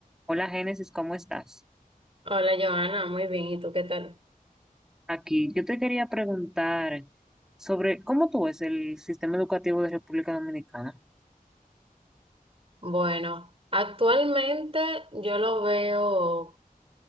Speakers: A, in the centre; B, on the right (about 40°).
A: Hola Génesis, ¿cómo estás?
B: Hola Joana, muy bien. ¿Y tú qué tal?
A: Aquí yo te quería preguntar sobre cómo tú ves el sistema educativo de República Dominicana.
B: Bueno, actualmente yo lo veo